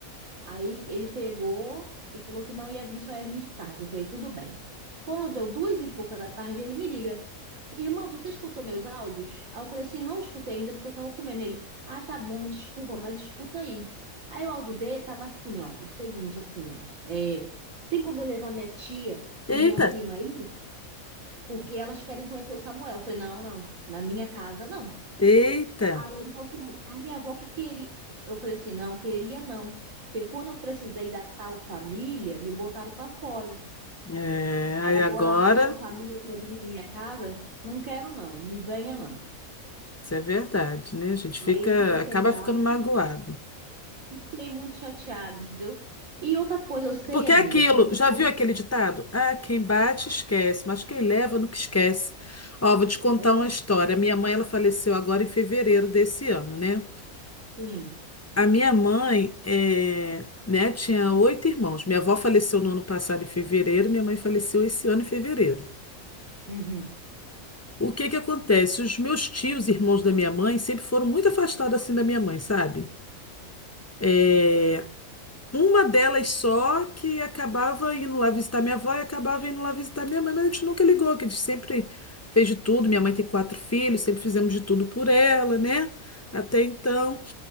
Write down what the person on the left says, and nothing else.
Eita,
eita.
É,
aí
agora,
isso é verdade, né? A gente fica,
acaba
ficando magoado.
Porque
é aquilo,
já
viu aquele ditado? Ah, quem bate esquece, mas quem leva nunca esquece. Ó, vou te contar
uma história. Minha mãe, ela faleceu agora em fevereiro desse ano, né?
A minha mãe, é, né, tinha oito irmãos. Minha avó faleceu no ano passado em fevereiro, minha mãe faleceu esse ano em fevereiro.
O que que acontece? Os meus tios, irmãos da minha mãe, sempre foram muito afastados assim da minha mãe, sabe? Eh, Uma delas só que acabava indo lá visitar minha avó e acabava indo lá visitar minha mãe, mas a gente nunca ligou, que a gente sempre fez de tudo. Minha mãe tem quatro filhos, sempre fizemos de tudo por ela, né? Até então.